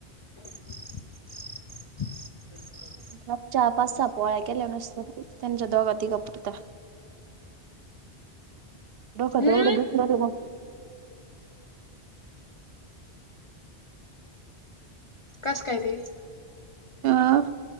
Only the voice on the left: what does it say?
<inaudible>
हम्म
कस काय ते?